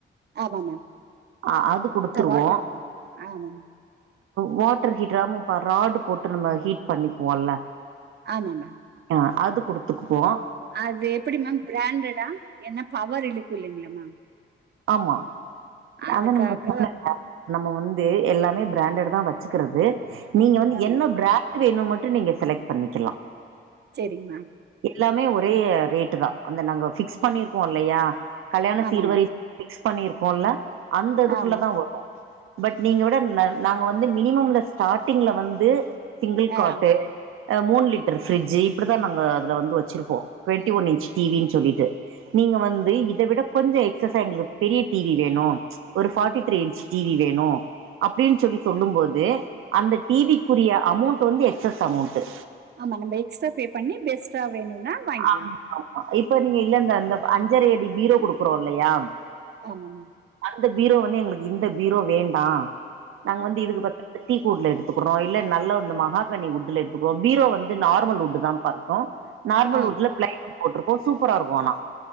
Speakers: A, on the right; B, on the right.
A: ஆமா மேம்.
B: அ அது குடுத்துருவோ
A: த வாட்டர் இருக்கு. ஆமா மேம்.
B: வாட்ரு ஹீட்ரு ஆமாப்பா ரார்டு போட்டு நம்ம ஹீட் பண்ணிக்குவோம்ல
A: ஆமா மேம்
B: டோ அதுக் குடுத்துக்போ
A: அது எப்படி மேம் பிராண்டடா ஏன்னப் பவர் இழுக்கு இல்லைங்ளா மேம்
B: ஆமா
A: அதுக்காக
B: அதா நம்ள <unintelligible> நம்ம வந்து எல்லாமே பிராண்டடுதா வெச்சுக்கிறது நீங்க வந்து
A: ஆமா
B: என்ன
A: மேம்.
B: பிராண்ட் டு வேணு மட்டு நீங்க செலக்ட் பண்ணிக்கிர்லா
A: செரிங் மேம்
B: எல்லாமே ஒரே ரேட்டுதா அந்த நாங்க ஃபிக்ஸ் பண்ணிருக்கோ இல்லையா கல்யாண
A: ஆமா
B: சீர்வரிச்
A: மேம்.
B: ஃபிக்ஸ் பண்ணிருக்கோல்ல அந்த இதுக்குள்ளதா
A: ஆமா மேம்.
B: வரு பட் நீங்க விட நன் நாங்க வந்து மினிமம்ல ஸ்டார்டிங்ல வந்து சிங்கிள்
A: ஆ.
B: காட்டு அ மூன் லிட்டர் ஃபிரிஜ்ஜி இப்டிதா நாங்க அதுல வந்து வெச்சிருப்போ டுவெண்டி ஒன் இன்ச் டிவின் சொல்லிட்டு நீங்க வந்து இத விடக் கொஞ்சோ எக்ஸசா எங்ளுகு பெரிய டி வி வேணு ஒரு forty three inch T V வேணு அப்டின் சொல்லி சொல்லும் போது அந்த டி வி க்குரிய அமவ்ண்ட் வந்து எக்ஸஸ் அமவ்ண்ட்டு
A: ஆமா நம்ம எக்ஸ்ட்ரா பே பண்ணி பெஸ்டா வேணும்னா வாங்கிக்கலாம்.
B: ஆமா இப்ப நீங்க இல்ல இந்த அந்த அஞ்சரை அடி பீரோ குடுக்குறோம் இல்லையா
A: ஆமா மேம்
B: அந்த பீரோ வந்து எங்களுக்கு இந்த பீரோ வேண்டா நாங்க
A: ஆ.
B: வந்து இதுக்கு பத் <inaudible> டீக் உட்ல எடுத்துக்குறோ இல்ல நல்ல வந்து மகாக கனி உட்டுல எடுத்து பீரோ வந்து நார்மல் உட்டு தான்ப்பா இருக்கோ நார்மல்
A: ஆ.
B: உட்ல பிளைவுட் போட்ருப்போ சூப்பரா இருக்கும் ஆனா